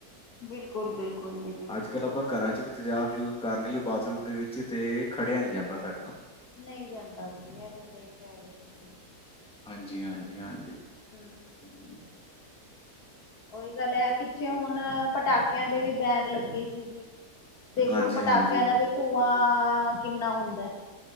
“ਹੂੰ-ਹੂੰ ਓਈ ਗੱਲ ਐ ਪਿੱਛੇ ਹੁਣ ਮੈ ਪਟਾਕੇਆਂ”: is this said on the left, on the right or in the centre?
Left